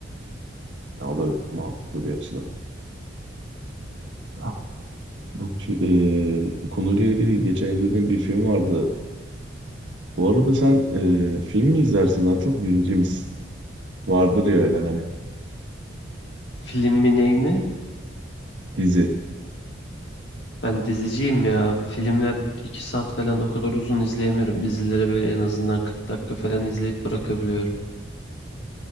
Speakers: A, on the right (about 70°); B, on the left (about 60°).
A: Ya, o da mantıklı bir açıdan. Ha, bu, eee, bu konuyla ilgili geçen izlediğim bir film vardı. Bu arada sen eee, film mi izlersin daha çok dizici misin? Vardır ya öyle hani
B: Film mi ney mi?
A: dizi.
B: Ben diziciyim ya. Filmler iki saat falan o kadar uzun izleyemiyorum. Dizileri böyle en azından 40 dakika falan izleyip bırakabiliyorum.